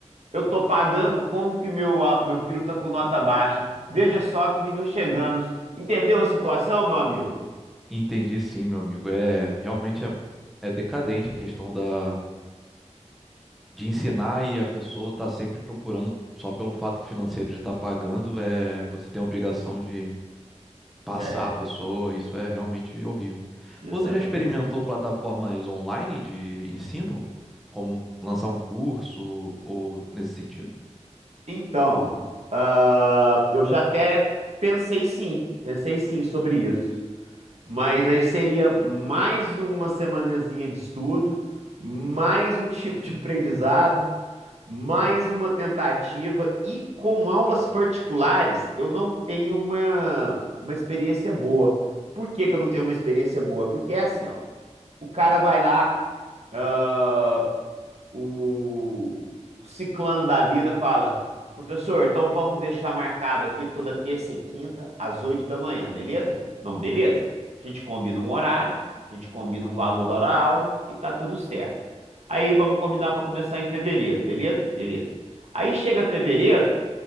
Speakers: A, on the right (about 65°); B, in the centre.
A: eu tô pagando como que meu, a- meu filho tá com nota baixa. Veja só que nível chegamos. Entendeu a situação, meu amigo?
B: Entendi sim, meu amigo. É realmente é, é decadente a questão da de ensinar e a pessoa tá sempre procurando só pelo fato financeiro de estar pagando, é você tem a obrigação de passar
A: É,
B: a pessoa, isso é realmente horrível.
A: exatamente.
B: Você já experimentou plataformas online de ensino, como lançar um curso ou nesse sentido?
A: Então, ah, eu já até pensei sim, pensei sim sobre isso. Mas aí seria mais uma semanazinha de estudo, mais um tipo de <laughs> aprendizado, mais uma tentativa e com aulas particulares eu não tenho uma, uma experiência boa. Por que que eu não tenho uma experiência boa? Porque é assim, ó, o cara vai lá, ah, o ciclano da vida fala: professor, então vamos deixar marcado aqui toda terça e quinta às 8 da manhã, beleza? Não, beleza. A gente combina um horário, a gente combina um valor hora aula e tá tudo certo. Aí vamos combinar para começar em fevereiro, beleza? Beleza. Aí chega fevereiro,